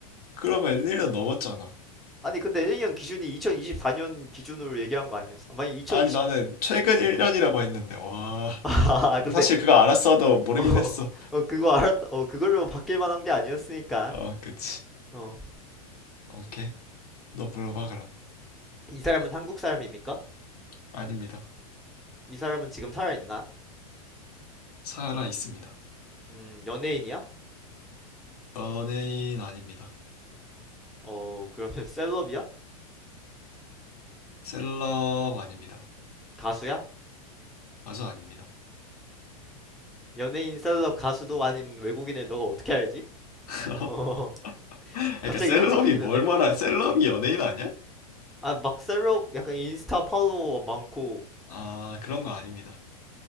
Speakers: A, on the left; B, in the centre.
A: 그러면 1년 넘었잖아.
B: 아니 근데 일년 기준이 2024년 기준으로 얘기한 거 아니었어? 만약 2020
A: 아니, 나는 최근 1년이라고 했는데, 와.
B: <laughs> 아
A: 뭐
B: 근데
A: 사실 그거 알았어도 모르긴
B: 어,
A: 했어.
B: 어 그거 알았다 어 그걸로 바뀔 만한 게 아니었으니까
A: 어, 그치.
B: 어
A: 오케이. 너 물어봐, 그럼.
B: 이 사람은 한국 사람입니까?
A: 아닙니다.
B: 이 사람은 지금 살아있나?
A: 살아 있습니다.
B: 음 연예인이야?
A: 연예인 아닙니다.
B: 어 그러면 <laughs> 셀럽이야?
A: 셀럽 아닙니다.
B: 가수야?
A: 가수 아닙니다.
B: 연예인 셀럽 가수도 아닌 외국인을 너가 어떻게 알지?
A: <laughs>
B: 어 <laughs>
A: 그러니까
B: 갑자기
A: 셀럽이
B: 이런 생각이
A: 뭘
B: 드네?
A: 말하? 셀럽이 연예인 아니야?
B: 아 막 셀럽 약간 인스타 팔로워 많고
A: 아 그런 거 아닙니다.